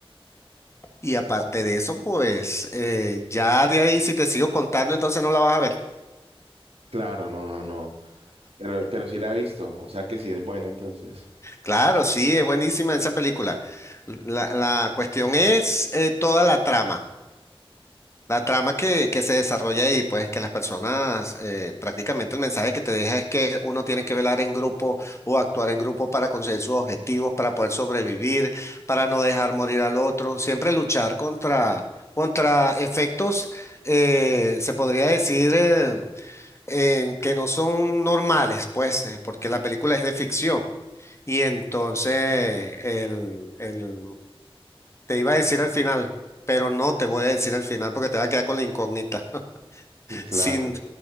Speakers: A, on the left (about 30°); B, on the right (about 80°).
A: Y aparte de eso, pues eh, ya de ahí, si te sigo contando, entonces no la vas a ver.
B: Claro, no, no, no. Pero, pero sí la he visto. O sea que sí es buena entonces.
A: Claro, sí, es buenísima esa película. La, la cuestión es eh, toda la trama, la trama que, que se desarrolla ahí, pues que las personas, eh, prácticamente el mensaje que te deja es que uno tiene que velar en grupo o actuar en grupo para conseguir sus objetivos, para poder sobrevivir, para no dejar morir al otro, siempre luchar contra, contra efectos, eh, se podría decir... eh, eh, que no son normales, pues, eh, porque la película es de ficción. Y entonces el, el- te iba a decir al final, pero no te voy a decir al final porque te va a quedar con la incógnita. <laughs>
B: <laughs> Claro.
A: Sin,